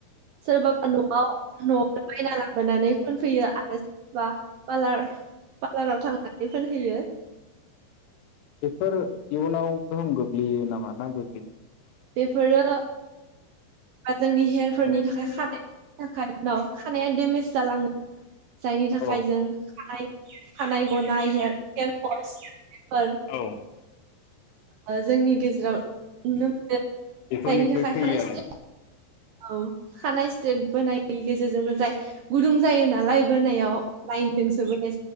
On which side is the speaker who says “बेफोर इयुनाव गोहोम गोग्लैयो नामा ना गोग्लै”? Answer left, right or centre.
Left